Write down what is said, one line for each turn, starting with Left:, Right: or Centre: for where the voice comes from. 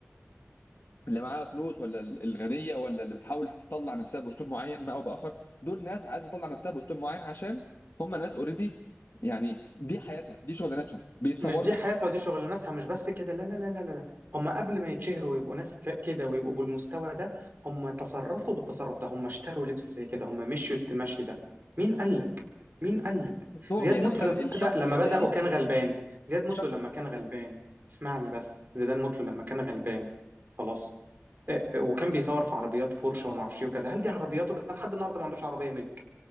Left: اللي معاها فلوس ولا ال- الغنيه ولا اللي بتحاول تطلع نفسها باسلوب معين ما او باخر دول ناس عايزه تطلع نفسها باسلوب معين عشان هم ناس اوريدي يعني دي حياتها دي شغلانتهم بيتصوروا
Right: مش دي
Left: بالحاجات
Right: حياتها
Left: دي
Right: ودي شغلانتها مش بس كده لا لا لا لا لا هم قبل ما يتشهروا ويبقوا ناس ك- كده ويبقوا بالمستوى ده هم تصرفوا بالتصرف ده هم اشتروا لبس زي كده هم مشيوا المشي ده مين قال لك مين قال لك
Left: شفتهم
Right: زياد
Left: يعني
Right: مطلو
Left: مثلا
Right: لما
Left: الشخص
Right: بدأ لما
Left: اللي في
Right: بدأ
Left: بالي
Right: وكان غلبان زياد
Left: الشخص
Right: مطلو لما كان غلبان اسمعني بس زيدان مطلو لما كان غلبان خلاص آه، آه، وكان بيصور في عربيات بورشه وما اعرفش ايه وكذا هل دي عربياته ده لحد النهارده ما عندوش عربيه ملك